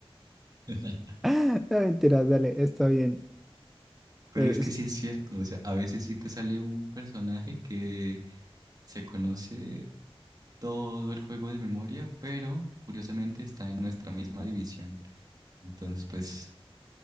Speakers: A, on the right; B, in the centre.
A: <laughs>
B: <laughs> No, Mentira, dale, está bien.
A: Pero
B: Eh,
A: es
B: es-
A: que sí es cierto, o sea, a veces sí te sale un personaje que se conoce todo el juego de memoria, pero curiosamente está en nuestra misma división. Entonces, pues,